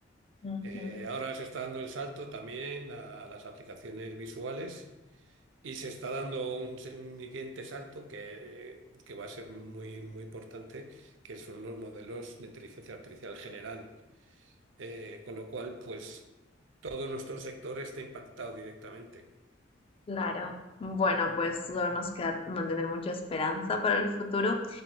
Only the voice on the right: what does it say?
Eh, ahora se está dando el salto también a las aplicaciones visuales. Y se está dando un se- un siguiente salto que, que va a ser muy, muy importante, que son los modelos de inteligencia artificial general. Eh, con lo cual, pues todo nuestro sector está impactado directamente.